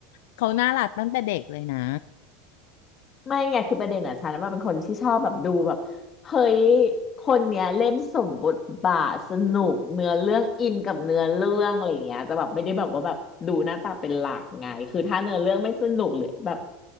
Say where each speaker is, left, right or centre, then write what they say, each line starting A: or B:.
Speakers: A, on the left; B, on the left.
A: เขาน่ารักตั้งแต่เด็กเลยนะ
B: ไม่ไงคือประเด็นอ่ะฉันว่าเป็นคนที่ชอบแบบดูแบบเฮ้ยคนเนี้ยเล่นสมบทบาทสนุกเนื้อเรื่องอินกับเนื้อเรื่องอะไรอย่างเงี้ยจะแบบไม่ได้แบบว่าแบบดูหน้าตาเป็นหลักไงคือถ้าเนื้อเรื่องไม่สนุกหรือแบบ